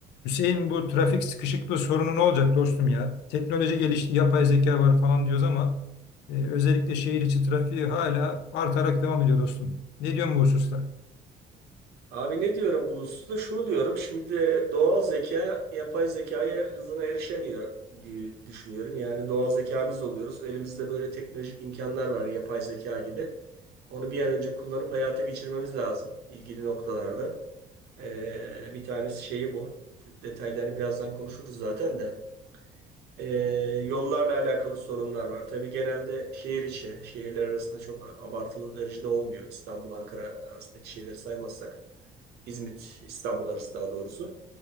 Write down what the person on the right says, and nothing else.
Abi ne diyorum bu hususta? Şunu diyorum. Şimdi doğal zeka yapay zekaya hızına erişemiyor gibi düşünüyorum. Yani doğal zeka biz oluyoruz. Elimizde böyle teknolojik imkanlar var yapay zeka gibi. Onu bir an önce kullanıp hayata geçirmemiz lazım ilgili noktalarda. Ee, bir tanesi şeyi bu. Detaylarını birazdan konuşuruz zaten de. Ee, yollarla alakalı sorunlar var. Tabii genelde şehir içi, şehirler arasında çok abartılı derecede olmuyor. İstanbul, Ankara arasındaki şeyleri saymazsak. İzmit, İstanbul arası daha doğrusu.